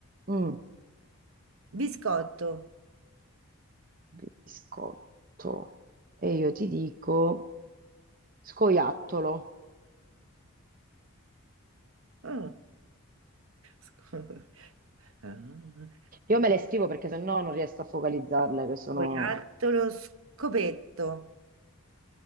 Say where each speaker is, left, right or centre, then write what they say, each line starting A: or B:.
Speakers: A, on the right; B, on the right.
A: Mm.
B: Biscotto.
A: Biscotto. E io ti dico scoiattolo.
B: Mm. Sco- <laughs> Ah.
A: Io me le scrivo perché sennò non riesco a focalizzarle, che sono
B: Scoiattolo, scopetto,